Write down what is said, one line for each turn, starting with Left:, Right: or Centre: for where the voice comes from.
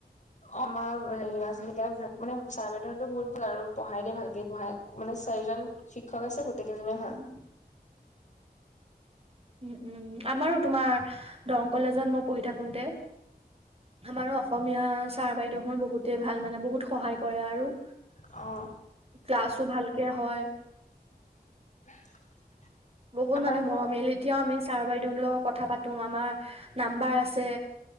Left: আমাৰ হেৰি লৰা' ছোৱালী বিৰাত ভাল মানে ছাৰ বাইদেউহঁতো বহুত ভাল আৰু পঢ়াই দে ভালকে পঢ়াই মানে চাৰিজন, শিক্ষক আছে গোটেইকেইজনে ভাল।
Right: উম, উম উম আমাৰো তোমাৰ দৰং কলেজত মই পঢ়ি থাকোতে, আমাৰো অসমীয়া ছাৰ বাইদেউসুন বহুতে ভাল মানে বহুত সহায় কৰে আৰু,
Left: অঁহ
Right: ক্লাছো ভালকে হয়।
Left: <unintelligible>
Right: বহুত
Left: আমাৰ
Right: মানুহে
Left: আকৌ
Right: মৰমিয়াল এতিয়াও আমি ছাৰ বাইদউতৰ লগত কথা পাতো আমাৰ নাম্বাৰ আছে।